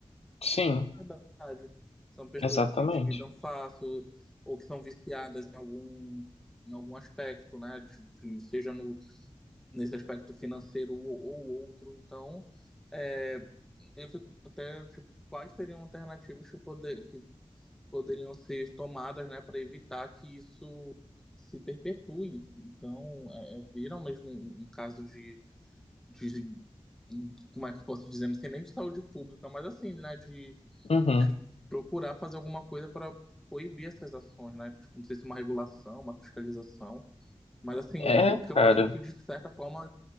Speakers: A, on the left (about 70°); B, in the centre.
A: Sim,
B: verdade. São pessoas
A: exatamente.
B: que se endividam fácil ou que são viciadas em algum, em algum aspecto, né? De, de- seja no, nesse aspecto financeiro ou, ou outro. Então, é, eu fico até, tipo, quais seriam alternativas que, poder, que poderiam ser tomadas, né, para evitar que isso se perpetue. Então, é, é, vira mesmo um, um caso de como é que eu posso dizer, não sei nem de saúde pública, mas assim, né, de,
A: Uhum.
B: de procurar fazer alguma coisa para proibir essas ações, né? Tipo, não sei se uma regulação, uma fiscalização, mas assim,
A: É,
B: o, o que eu
A: cara.
B: acho é que de certa forma